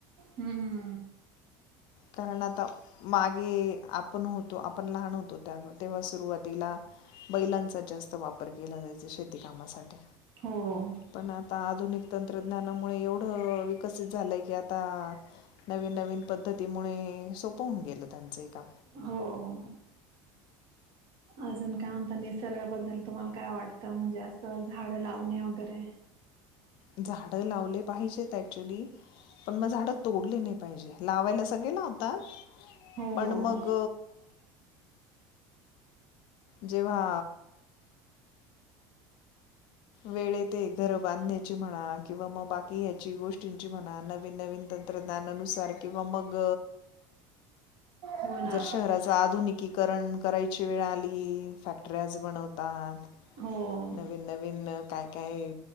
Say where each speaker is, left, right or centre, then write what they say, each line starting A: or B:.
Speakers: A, on the right; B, on the left.
A: हम्मम्
B: कारण आता मागे आपण होतो तो आपण लहान होतो त्या तेव्हा सुरुवातीला बैलांचा जास्त वापर केला जायचा शेती कामासाठी
A: हो
B: पण आता आधुनिक तंत्रज्ञानामुळे एवढं विकसित झालंय की आता नवीन नवीन पद्धतीमुळे सप पन गेलं त्यांचं का
A: हो अजून काय म्हणत निसर्गाबद्दल तुम्हाला काय वाटतं म्हणजे असं झाड लावणे वगैरे
B: झाड लावले पाहिजेत ऍक्चुली पण मग झाड तोडले नाही पाहिजे लावायला सगळे लावतात
A: हो
B: पण मग जेव्हा वेळेत घर बांधण्याची म्हणा किंवा मग बाकी हची गोष्ट ं म्हणा नवीन नवीन तंत्रज्ञानानुसार किंवा मग
A: हो ना
B: जर शहराच आधुनिकीकरण करायची वेळ आली फॅक्टर्याच बनवतात
A: हो
B: नवीन नवीन काय काय